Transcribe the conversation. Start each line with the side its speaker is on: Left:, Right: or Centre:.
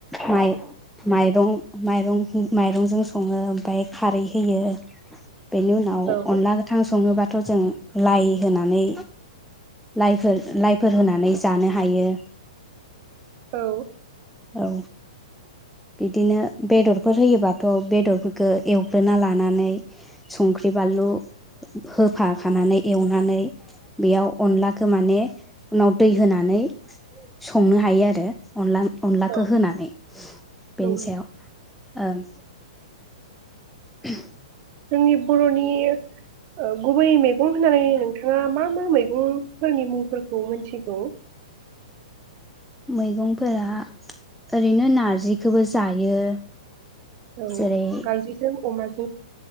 Centre: माइ-माइरं माइरं माइरंजों सङो ओमफ्राय खारै होयो। बेनि उनाव
Right: औ
Centre: अनला गोथां सङोबाथ' जों लाइ होनानै लाइफोर लाइफोर होनानै जानो हायो।
Right: औ
Centre: औ बिदिनो बेदरफोर होयोबाथ' बेदरफोरखौ एवग्रोना लानानै संख्रि बानलु होफाखानानै एवनानै बेयाव अनलाखौ माने उनाव दै होनानै संनो हायो आरो अनला अनलाखौ
Right: औ
Centre: होनानै बेनि
Right: नंगौ
Centre: सायाव ओं <unintelligible>
Right: जोंनि बर'नि ओ गुबै मेगं होननानै नोंथाङा मा मा मैगंफोरनि मुंफोरखौ मोनथिगौ?
Centre: मैगंफोरा ओरैनो नारजिखौबो जायो।
Right: औ
Centre: जेरै
Right: नारजिजों अमाज